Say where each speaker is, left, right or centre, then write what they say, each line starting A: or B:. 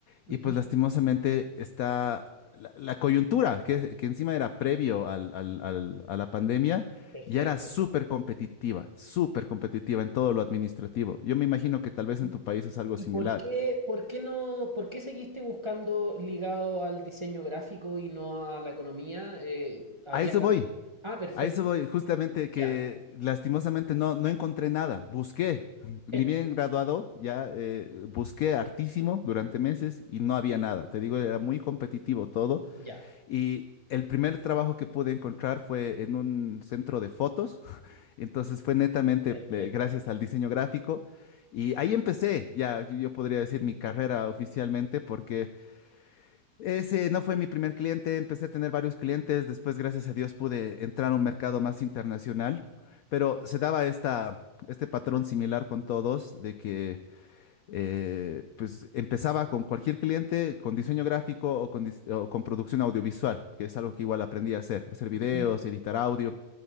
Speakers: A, on the left; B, on the right.
A: Y
B: Ujú,
A: pues lastimosamente está la, la coyuntura, que, que encima era previo al- al- al- a la pandemia,
B: Perfecto.
A: ya era súper competitiva, súper competitiva en todo lo administrativo. Yo me imagino que tal vez
B: ¿Y,
A: en tu país es algo
B: y
A: similar.
B: por qué, por qué no, por qué seguiste buscando ligado al diseño gráfico y no a la economía? Eh, había...
A: A eso
B: cam-
A: voy,
B: Ah, perfecto.
A: a eso voy, justamente
B: Ya.
A: que lastimosamente no, no encontré nada, busqué. <laughs> Ni
B: Eh,
A: bien graduado, ya eh, busqué hartísimo durante meses y no había nada. Te digo, era muy competitivo todo
B: ya.
A: Y el primer trabajo que pude encontrar fue en un centro de fotos, entonces fue netamente
B: Perfecto.
A: eh, gracias al diseño gráfico y ahí empecé, ya yo podría decir mi carrera oficialmente porque ese no fue mi primer cliente, empecé a tener varios clientes, después gracias a Dios pude entrar a un mercado más internacional, pero se daba esta, este patrón similar con todos de que eh, pues empezaba con cualquier cliente, con diseño gráfico o con, dis- o con producción audiovisual, que es algo que igual aprendí a hacer, hacer videos,
B: Ujú,
A: editar audio.